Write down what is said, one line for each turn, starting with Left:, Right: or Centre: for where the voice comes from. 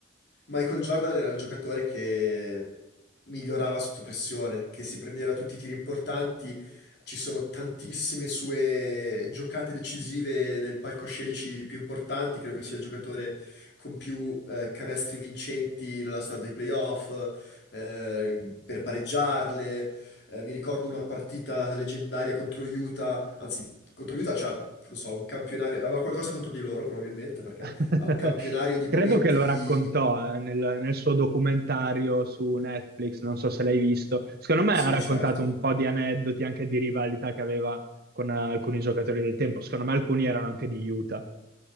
Left: Michael Jordan era il giocatore che migliorava sotto pressione, che si prendeva tutti i tiri importanti. Ci sono tantissime sue giocate decisive nel palcoscenici più importanti. Credo che sia il giocatore con più eh, canestri vincenti nella storia dei playoff, eh, per pareggiarle. Eh, mi ricordo una partita leggendaria contro Utah, anzi, contro Utah c'ha, non so, un campionario, aveva qualcosa contro di loro probabilmente perché
Right: <laughs>
Left: ha un campionario di
Right: Credo
Left: momenti
Right: che lo raccontò eh, nel, nel suo documentario su Netflix, non so se l'hai visto. Secondo
Left: Sì,
Right: me ha raccontato
Left: certo.
Right: un po' di aneddoti anche di rivalità che aveva con eh, alcuni giocatori del tempo. Secondo me alcuni erano anche di Utah.